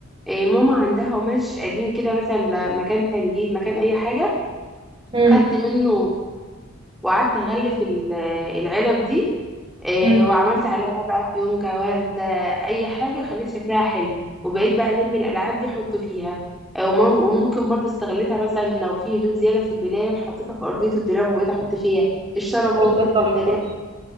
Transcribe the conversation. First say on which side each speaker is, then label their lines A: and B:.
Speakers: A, in the centre; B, on the right.
A: إيه ماما عندها قماش قديم كده مثلا ل- مكان تنجيد مكان اي حاجة
B: امم
A: خدت منه وقعدت اغلف ال- العلب دي إيه
B: امم
A: وعملت عليها بقى فيونكة وردة اي حاجة خليت شكلها حلو وبقيت بقى الم الالعاب دي احط فيها إيه ومم- وممكن برضو استغلتها مثلا لو في هدوم زيادة في الدولاب حطيتها في ارضية الدولاب وبقيت احط فيها الشرابات
B: طب ده
A: البندانات
B: تحفه